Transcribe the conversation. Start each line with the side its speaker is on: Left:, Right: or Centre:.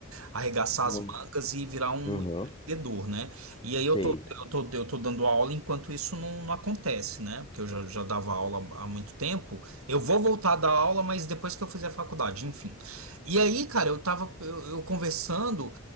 Right: arregaçar
Left: uma-
Right: as mangas e virar um
Left: Uhum.
Right: empreendedor, né? E aí
Left: Sei.
Right: eu tô, eu tô, eu tô dando aula enquanto isso não, não acontece, né? Porque eu já, já dava aula há muito tempo. Eu vou voltar a dar aula, mas depois que eu fizer a faculdade, enfim. E aí, cara, eu tava eu, eu conversando,